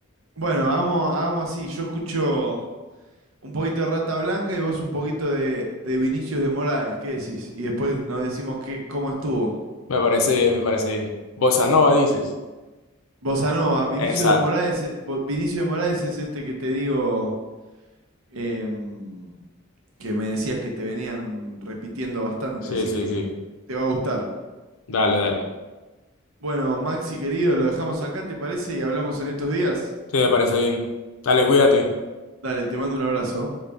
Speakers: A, on the right; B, on the left.
A: Bueno, hagamos, hagamos así, yo escucho. Un poquito de Rata Blanca y vos un poquito de, de Vinicius de Moraes, ¿qué decís? Y después nos decimos qué, cómo estuvo.
B: Me parece bien, me parece bien. Bossa Nova dices.
A: Bossa Nova, Vinicius
B: Exacto.
A: de Moraes, eh, Bo- Vinicius de Moraes es este que te digo, em, que me decías que te venían repitiendo bastante,
B: Sí,
A: así
B: sí,
A: que
B: sí.
A: te va a gustar.
B: Dale, dale.
A: Bueno, Maxi querido, lo dejamos acá, ¿te parece? Y hablamos en estos días.
B: Sí, me parece bien. Dale, cuídate.
A: Dale, te mando un abrazo.